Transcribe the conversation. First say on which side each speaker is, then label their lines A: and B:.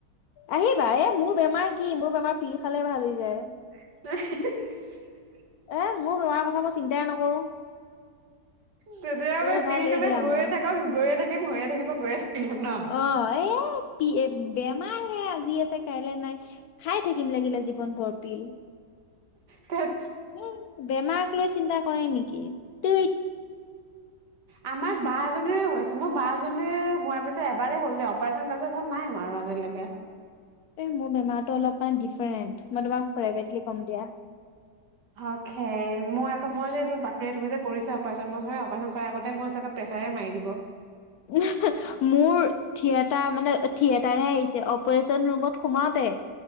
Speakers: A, on the left (about 70°); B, on the right (about 70°).
A: আহিবা। এ মোৰ বেমাৰ কি, মোৰ বেমাৰ পিল খালে ভাল হৈ যায়।
B: হিহিহ!
A: এ মোৰ বেমাৰ কথা মই চিন্তাই নকৰো।
B: তেতিয়া হলে
A: এ
B: পিল
A: ভাল
B: খালে
A: এই বেয়া
B: হৈয়ে
A: মোৰ
B: থাকক, গৈয়ে থাকিম, হৈয়ে থাকিব, গৈয়ে থাকিম ন
A: অঁ এ বেমাৰ হে আজি আছে কাইলৈ নাই। খাই থাকিম লাগিলে জীৱন ভৰ পিল।
B: ধেত।
A: এ বেমাৰক লৈ চিন্তা কৰে নেকি? ঠুইত।
B: আমাৰ বা এজনীৰে হৈছিল, মোৰ বা জনীৰ হোৱাৰ পিছত এবাৰে হ'ল দেই, অপাৰচন কৰাৰ পিছত দেখোন নাই হোৱা আৰু আজিলৈকে।
A: এই মোৰ বেমাৰটো অলপমান ডিফাৰেণ্ট। মই তোমাক প্ৰাইভেটলি কম দিয়া।
B: অখেই। মই আকৌ মই যে এইটো বাপৰে তুমি যে কৰিছা অপাৰচন। মই চাগে অপাৰচন কৰাৰ আগতে মই চাগে প্ৰে চাৰে মাৰি দিব।
A: উমহো মোৰ থিয়েটাৰ মানে থিয়েটাৰ হে আহিছে অপাৰচন ৰুমত সোমাওতে